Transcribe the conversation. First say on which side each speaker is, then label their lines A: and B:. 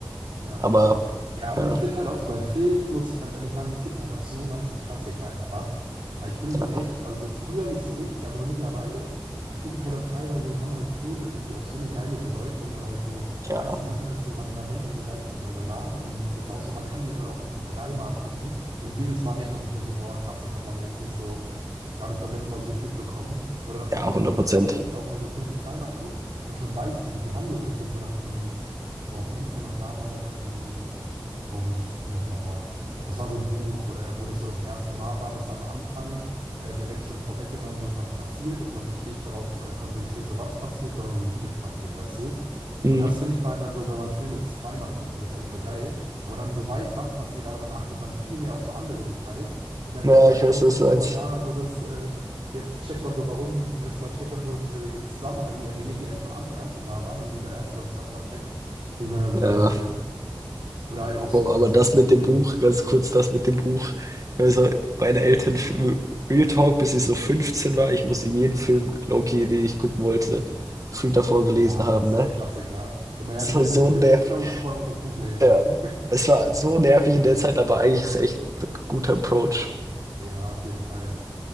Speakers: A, on the right; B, on the right.
A: Ja,
B: Aber
A: stimmt. Ja, aber
B: ja,
A: ich finde halt auch so bei Filmen, muss ich ganz ehrlich sagen, es gibt halt auch so nice Klassiker einfach. Aber Ich bin so
B: ja,
A: echt, also so früher nicht so richtig, aber so mittlerweile finde ich halt auch teilweise haben halt Filme irgendwie auch so eine geile Bedeutung oder halt so, ich
B: ja,
A: weiß nicht, manchmal ist so, man, man denkt dann so geistkrank darüber nach und dann ist auch so, man kann die dann auch gefühlt dreimal gucken und jedes Mal denkt man sich noch so, boah, krass, das hat man jetzt nicht so, gar nicht beim letzten Mal so richtig mitbekommen. Oder dass
B: ja,
A: man die halt
B: hundert
A: so,
B: Prozent
A: das finde ich auch, wenn man so Filme zweimal guckt und schon weiß, wie die Handlung ist, dass so nach diesem Boah, kennst du noch damals ähm, Boah, wie hieß denn das nochmal? Das war so ein Buch, äh, wo das so das erste Mal war, dass am Anfang äh, direkt schon vorweggenommen wird, was passiert, dass man sich nicht darauf äh, konzentriert, so was passiert, sondern so wie das passiert, weißt du?
B: Mhm.
A: Und das finde ich bei dann so, wenn man Filme zweimal guckt, finde ich das eigentlich voll geil, weil man dann so weiß, was passiert, aber dann achtet man viel mehr auf so andere Details und merkt
B: Ja,
A: dann so,
B: ich
A: ey,
B: weiß,
A: okay,
B: was du
A: guck
B: meinst.
A: mal da, so das, äh, jetzt checkt man so, warum, weißt du, man checkt dann so diese Zusammenhänge, die eigentlich von Anfang an schon da waren, aber die man erst so beim zweiten Mal checkt. Finde ich manchmal so
B: Ja,
A: geil bei Filmen. Oder halt auch so,
B: boah,
A: weiß
B: aber
A: nicht,
B: das
A: so
B: mit dem
A: diese,
B: Buch, ganz kurz das mit dem Buch. Also, meine Eltern f Real Talk, bis ich so 15 war, ich musste jeden Film, low den ich gucken wollte, gefühlt davor gelesen
A: ja,
B: haben,
A: so
B: ne?
A: ein Klassiker. Immer, ja,
B: Das
A: du
B: war
A: willst
B: so
A: den Film
B: nervig.
A: gucken, da musst du vorher auch das Buch lesen.
B: Ja,
A: <laughs>
B: es war so nervig
A: Ja, ja.
B: in der Zeit, aber eigentlich ist es echt ein guter Approach.
A: Ja, auf jeden Fall.